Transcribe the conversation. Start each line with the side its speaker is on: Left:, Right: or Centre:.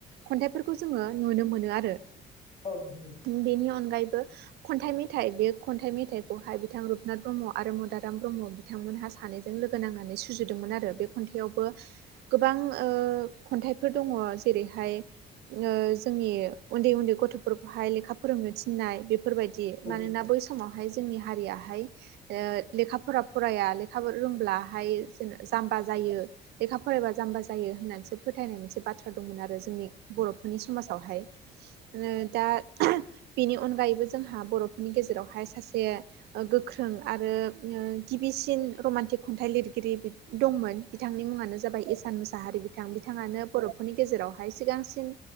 Right: खन्थाइफोरखौ जोङो नुनो मोनो आरो।
Left: औ नुयो।
Right: ओम बेनि अनगायैबो खन्थाइ मेथाइ बे खन्थाइ मेथाइखौहाय बिथां रुपनाथ ब्रह्म आरो मदाराम ब्रह्म बिथांमोनहा सानैजों लोगो नांनानै सुजुदोंमोन आरो। बे खन्थाइयावबो गोबां ओ खन्थाइफोर दङ जेरैहाय ओ जोंनि उन्दै उन्दै गथ' फोरखौहाय लेखा फोरोंनो थिन्नाय बेफोरबायदि। मानोना
Left: औ
Right: बै समावहाय जोंनि हारियाहाय ओ लेखाफोरा फराया लेखा रोंब्लाहाय जों जाम्बा जायो। लेखा फरायबा जाम्बा जायो होननानैसो फोथायनाय मोनसे बाथ्रा दंमोन आरो जोंनि बर'फोरनि समाजावहाय ओ दा बेनि अनगायैबो जोंहा बर'फोरनि गेजेरावहाय सासे ओ गोख्रों आरो ओ गिबिसिन रमान्टिक खन्थाइ लिरगिरि बि दंमोन। बिथांनि मुङानो जाबाय इसान मुसाहारि बिथां बिथाङानो बर'फोरनि गेजेरावहाय सिगांसिन